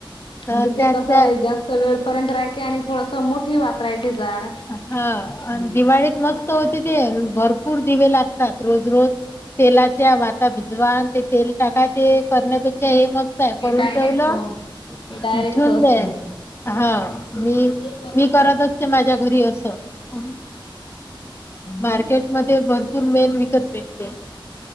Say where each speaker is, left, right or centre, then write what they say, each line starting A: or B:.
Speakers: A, on the left (about 30°); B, on the left (about 70°).
A: तर
B: म्हणजे
A: त्यात
B: ते कसं आहे जास्त वेळ पर्यंत राहील आणि थोडसं मोठी वातरायची जाड
A: हा
B: हम्म.
A: दिवाळीत मस्त होती ते भरपूर दिवे लागतात रोज रोज तेलाच्या वाता भिजवा आणि ते तेल टाका ते करण्यापेक्षा हे मस्त का
B: हे
A: करून
B: डायरेक्ट
A: ठेवलं ठेवून
B: हे डायरेक्ट असते
A: दे हा मी
B: ते परवडलं.
A: मी करत असतें माझ्या घरी असं
B: हम्म.
A: मार्केट मध्ये भरपूर मेण विकत भेटते.